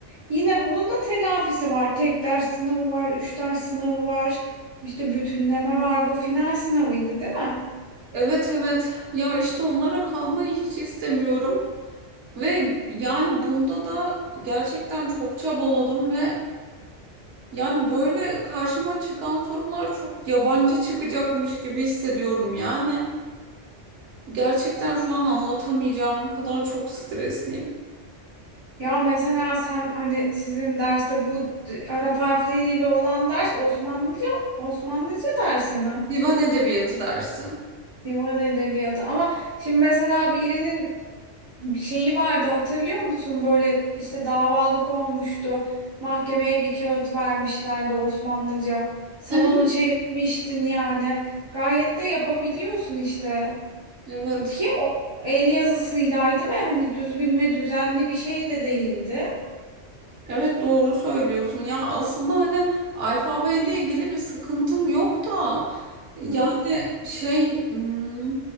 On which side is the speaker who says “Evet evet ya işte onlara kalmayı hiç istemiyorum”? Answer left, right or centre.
Right